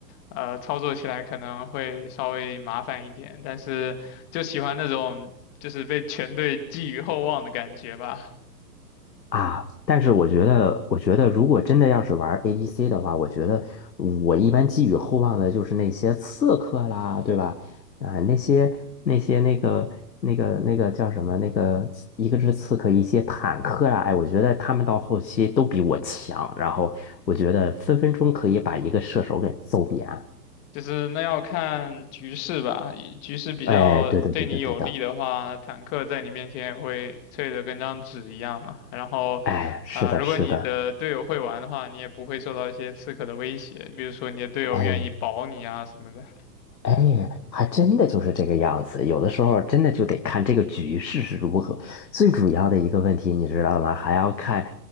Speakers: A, on the left; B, on the left.
A: 呃，操作起来可能会稍微麻烦一点，但是就喜欢那种就是被全队寄予厚望的感觉吧。
B: 啊，但是我觉得，我觉得如果真的要是玩 ADC 的话，我觉得我一般寄予厚望的就是那些刺客啦，对吧？啊、那些那些那个那个那个叫什么？那个一个是刺客，一些坦克啦，哎，我觉得他们到后期都比我强，然后我觉得分分钟可以把一个射手给揍扁。
A: 就是那要看局势吧，以局势比较对你有利的话，
B: 哎，对的，对的，对的，
A: 坦克在你面前也会脆得跟张纸一样嘛。然后，
B: 哎，是的，
A: 啊、如果你的队友会玩的话，
B: 是的，
A: 你也不会受到一些刺客的威胁，比如说你的队友愿意保你啊什么的。
B: 哎。
A: <laughs>
B: 哎，还真的就是这个样子。有的时候真的就得看这个局势是如何。最主要的一个问题，你知道吗？还要看